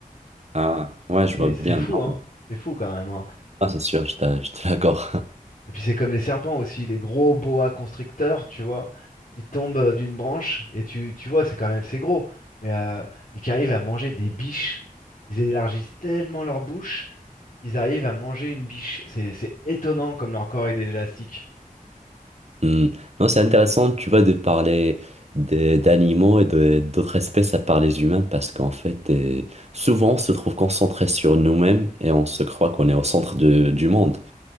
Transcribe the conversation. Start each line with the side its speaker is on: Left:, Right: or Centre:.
Right: Ah, ouais, je
Left: C'est
Right: vois bien.
Left: c'est fou,
Right: Non,
Left: hein.
Right: mais-
Left: C'est fou quand même. hein.
Right: ah, c'est sûr, je, t'a- je te l'accorde.
Left: Et puis c'est comme les serpents aussi, les gros boa constricteurs, tu vois, qui tombent euh, d'une branche, et tu, tu vois, c'est quand même c'est gros, mais euh, et qui arrivent à manger des biches. Ils élargissent tellement leur bouche, ils arrivent à manger une biche. C'est c'est étonnant comme leur corps il est élastique.
Right: Hmm. Non, c'est intéressant, tu vois, de parler des- d'animaux et de- d'autres espèces à part les humains, parce qu'en fait, euh, souvent, on se trouve concentré sur nous-mêmes et on se croit qu'on est au centre de- du monde.